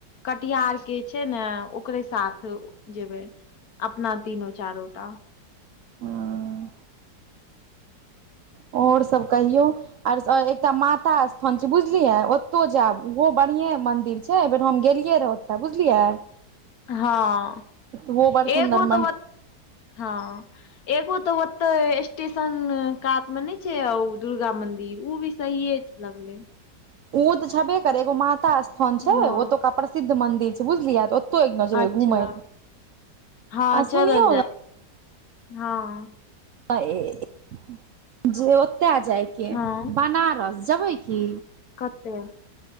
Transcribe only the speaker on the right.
हुं। आओर सभ कहियौ। आर एकटा माता स्थान छै बुझलिये ओतौ जायब उहो बढ़िया मंदिर छै एहि बेेर हम गेलियै रहियै ओतऽ बुझलियै।
ओहो बड़
सुन्दर मन्दिर
उ तऽ छबे करे एगो माता स्थान छैय
ओतोका प्रसिद्ध मंदिर छै। बुझलिय त ओतो एक <unintelligible> जेबय
घुमय ले
आ
सुनियो
ने
<unintelligible> ओता जायके
बनारस जेबैय की